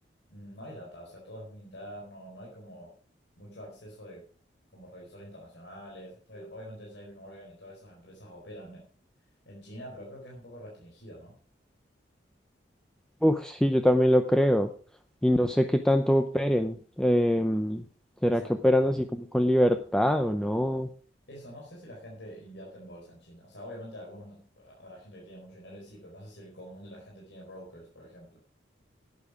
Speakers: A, on the left (about 75°); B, in the centre.
A: mm, no hay data, o sea, todo es muy interno, no hay como mucho acceso de como revisores internacionales. O sea, Obviamente JP Morgan y todas esas empresas operan en, en China, pero creo que es un poco restringido, ¿no?
B: Uf, sí, yo también lo creo y no sé qué tanto operen. em, ¿será
A: Exacto.
B: que operan así como con libertad o no?
A: Eso, no sé si la gente invierte en bolsa en China. O sea, obviamente algunos, habrá gente que tiene mucho dinero y sí, pero no sé si el común de la gente tiene brokers, por ejemplo.